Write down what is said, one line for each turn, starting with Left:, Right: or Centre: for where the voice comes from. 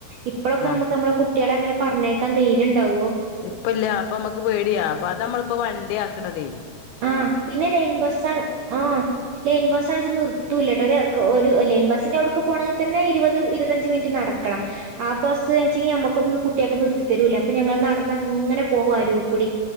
Right: ഇപ്പ്ളൊക്കെ
Left: ആഹ്
Right: നമ്മക്ക് നമ്മളെ കുട്ടിയളെങ്ങനെ പർഞ്ഞയക്കാൻ ധൈര്യ ഇണ്ടാവോ?
Left: ഇപ്പം ഇല്ല്യ ഇപ്പം ഇമ്മക്ക് പേടിയാ. പ്പതാ നമ്മള്പ്പം വണ്ടി ആക്ക്ണതെ
Right: ആ പിന്നെ ലെയിൻ ബസ്സാണ് ആ ലെയിൻ ബസ്സാണ്ച്ച് നിർത്തൂല്ല്യട്ടോ ഒര് ക് ഒര് ലെയിൻ ബസ് സ്സിൻ്റെ ഔട്ക്ക് പോണെങ്കി തന്നെ ഇരുവത് ഇരുവത്തഞ്ച് മിൻറ്റ് നടക്കണം ആ ബസ്സ്ച്ചിയിഞ്ഞാ അമ്മക്കൊന്നു കുട്ടിയേക്കൊന്നും നിർത്തി തരൂല്ല്യ അപ്പം ഞങ്ങള് നട്ന്നങ്ങനെ പോവു അരൂകൂടി